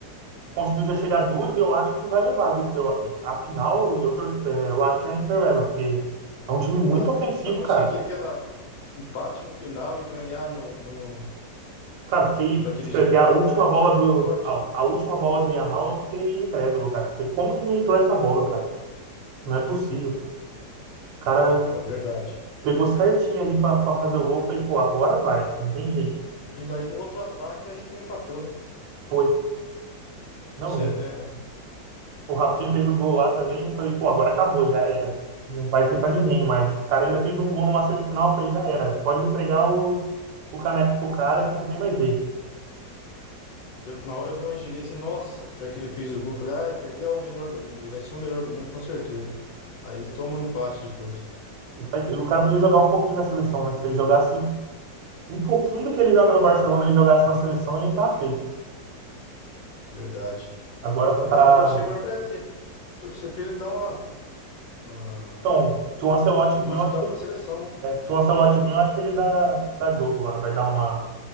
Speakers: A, on the right; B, on the left.
A: conseguiu já chegar duas e eu acho que vai levar, viu? Porque eu, eu, afinal eu, tor- é, eu acho que a Inter leva, porque é um time muito
B: Pra,
A: ofensivo,
B: pra conseguir
A: cara.
B: aquela o empate no final e ganhar no, no-
A: Cara, fiquei.
B: daquele
A: descre-
B: jeito
A: E a
B: lá,
A: última
B: vai, fo-
A: bola
B: vai
A: do.
B: vir forte.
A: A, a última bola do Yamal, eu fiquei incrédulo, cara. Falei, como que não entrou essa bola, cara? Não é possível. O cara
B: Não, é verdade.
A: pegou certinho ali pra, pra fazer o gol. Falei, pô, agora vai. Não tem jeito.
B: E aí no outro ataque a Inter empatou, né?
A: Foi. Não,
B: Isso é, é- é.
A: o Rafinha fez o gol lá também. Eu falei, pô, agora acabou, já era. Não vai ter pra ninguém mais. O cara ainda fez um gol numa semifinal. Eu falei, já era. Pode entregar o, o caneco pro cara que não tem mais jeito.
B: Eu, na hora eu me imaginei assim, nossa, que hora que ele fez o gol, eu falei, ai, quer ver? Ah, o melhor do mundo, aí vai ser o melhor do mundo com certeza. Aí toma um empate depois.
A: E, faz- e o cara podia jogar um pouquinho na seleção, né? Se ele jogasse Um pouquinho do que ele joga no Barcelona, ele jogasse na seleção, ele tava feito.
B: Verdade.
A: Agora só
B: É,
A: tá.
B: vamos torcer agora pra ter, torcer pra ele dar uma, uma,
A: Então, se o Ancelotti vir,
B: uma
A: eu
B: ajudada
A: acho que ele.
B: na seleção, né?
A: é, se o Ancelotti vir, eu acho que ele dá, dá jogo lá. Vai dar uma,